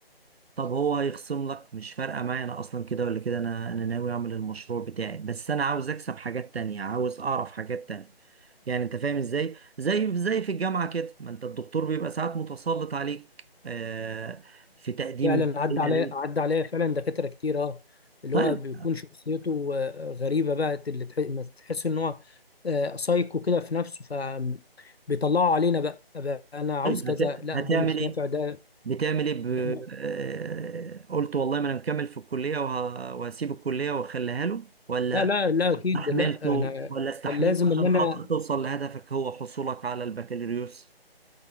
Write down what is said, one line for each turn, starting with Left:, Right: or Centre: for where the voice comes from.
Right: طب هو هيخصم لك مش فارقه معايا انا اصلا كده ولا كده انا انا ناوي اعمل المشروع بتاعي بس انا عاوز اكسب حاجات تانية عاوز اعرف حاجات تانية يعني انت فاهم ازاي زي زي في الجامعه كده ما انت الدكتور بيبقى ساعات متسلط عليك آه في تقديم
Left: فعلا عدى
Right: شيء
Left: عليا
Right: ليك
Left: عدى عليا فعلا دكاترة كتير اه اللي
Right: طيب
Left: هو بيكون شخصيته آه، غريبة بقى اللي تح- ما تحس ان هو آه، سايكو كده في نفسه فبيطلعوا علينا بقى بقى انا عاوز
Right: طيب
Left: كذا
Right: هت-
Left: لا
Right: هتعمل
Left: ده مش
Right: ايه
Left: نافع ده,
Right: بتعمل ايه ب...
Left: ده
Right: آه قلت والله ما انا مكمل في الكليه وه... وهسيب الكليه واخليها له ولا
Left: لا لا لا اكيد
Right: استحملته
Left: لا انا
Right: ولا استحملت
Left: كان لازم
Right: عشان
Left: ان انا
Right: خاطر توصل لهدفك هو حصولك على البكالوريوس